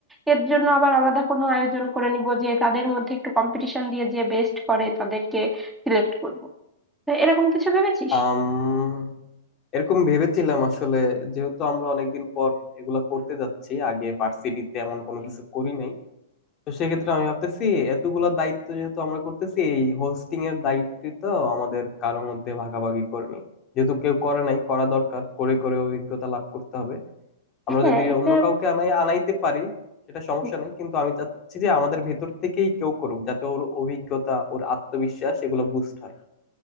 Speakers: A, in the centre; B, on the left.
A: এর জন্য আবার আলাদা কোনো আয়োজন করে নিব যে তাদের মধ্যে একটু কম্পিটিশন দিয়ে যে বেস্ট করে তাদেরকে সিলেক্ট করবো তো এরকম কিছু ভেবেছিস
B: আম এরকম ভেবেছিলাম আসলে যেহেতু আমরা অনেকদিন পর এগুলা করতে যাচ্ছি আগে ভার্সিটিতে এমন কোনো কিছু করি নাই তো সেক্ষেত্রে আমি ভাবতেছি এতগুলা দায়িত্ব যেহেতু আমরা করতেছি এই হোস্টিং এর দায়িত্ব তো আমাদের কারোর মধ্যে ভাগাভাগি করে নিই যেহেতু কেউ করে নাই করা দরকার করে করে অভিজ্ঞতা লাভ করতে হবে
A: হ্যাঁ
B: আমরা যদি
A: এটা
B: অন্য কাউকে আনাই আনাইতে পারি সেটা সমস্যা
A: হুম,
B: নাই কিন্তু আমি চাচ্ছি যে আমাদের ভেতর থেকেই কেউ করুক যাতে ওর অভিজ্ঞতা ওর আত্মবিশ্বাস এগুলো বুস্ট হয়